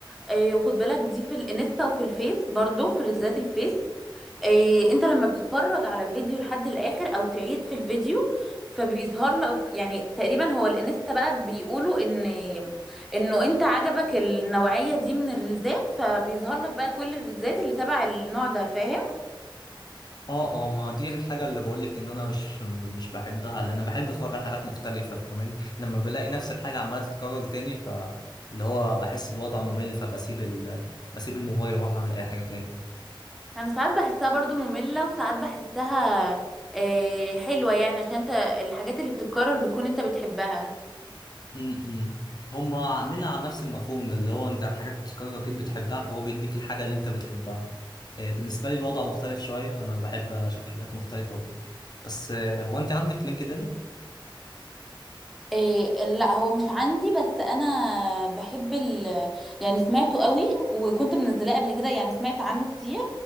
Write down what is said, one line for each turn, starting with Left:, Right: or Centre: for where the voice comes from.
Centre: آه، وخد بالك دي في الانستا وفي الفيس برضو في ريلزات الفيس آه، انت لما بتتفرج على الفيديو لحد الاخر او تعيد في الفيديو فبيظهر لك يعني تقريبا هو الانستا بقى بيقولوا ان انه انت عجبك النوعية دي من الريلزات فبيظهر لك بقى كل الريلزات اللي تبع النوع ده فاهم
Left: اه اه ما هو دي الحاجة اللي بقولك ان انا مش مش بحبها لان انا بحب اتفرج على حاجات مختلفة فاهماني لما بلاقي نفس الحاجة عمالة تتكرر تاني ف اللي هو بحس الوضع ممل فبسيب ال... بسيب الموبايل واروح اعمل اي حاجة تاني
Centre: انا ساعات بحسها برضو مملة وساعات بحسها آه، حلوة يعني عشان انت الحاجات اللي بتتكرر بتكون انت بتحبها
Left: امم هما عاملين على نفس المفهوم ده اللي هو انت الحاجات بتتكرر اكيد بتحبها فهو بيديك الحاجة اللي انت بتحبها آه، بالنسبة لي الوضع مختلف شوية انا بحب اشوف حاجات مختلفة وكده بس آه، هو انت عندك لينكدين
Centre: إيه لا هو مش عندي بس انا بحب ال يعني سمعته قوي وكنت منزلاه قبل كده يعني سمعت عنه كتير